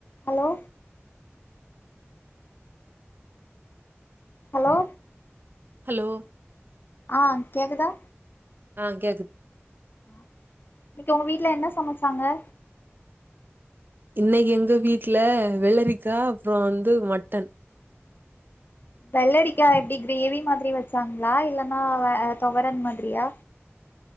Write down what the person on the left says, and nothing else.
hello hello
ஆ கேக்குதா
ஆ இன்னக்கி ஒங்க வீட்ல என்ன சமச்சாங்க
வெள்ளரிக்கா எப்டி கிரேவி மாத்ரி வச்சாங்ளா இல்லன்னா வே தொவரன் மாத்ரியா